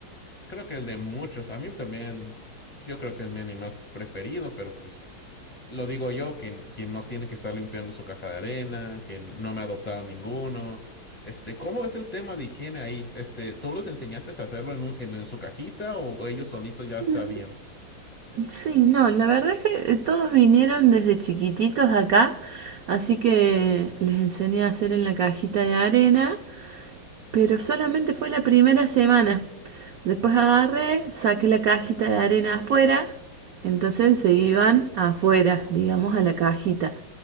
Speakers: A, on the left; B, on the right.
A: Creo que el de muchos. A mí también, yo creo que es mi animal preferido, pero pues Lo digo yo, que, quien no tiene que estar limpiando su caja de arena, que no me ha adoptado ninguno. Este, ¿cómo es el tema de higiene ahí? Este, ¿tú los enseñaste a hacerlo en un- en, en su cajita o ellos solitos ya sabían?
B: Mm, Sí, no, la verdad es que eh, todos vinieron desde chiquititos acá, así que les enseñé a hacer en la cajita de arena Pero solamente fue la primera semana. Después agarré, saqué la cajita de arena afuera, entonces se iban afuera, digamos, a la cajita.